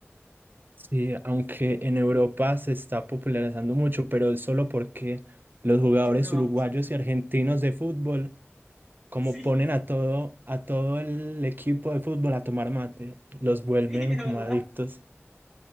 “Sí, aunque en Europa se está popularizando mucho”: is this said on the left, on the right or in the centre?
Right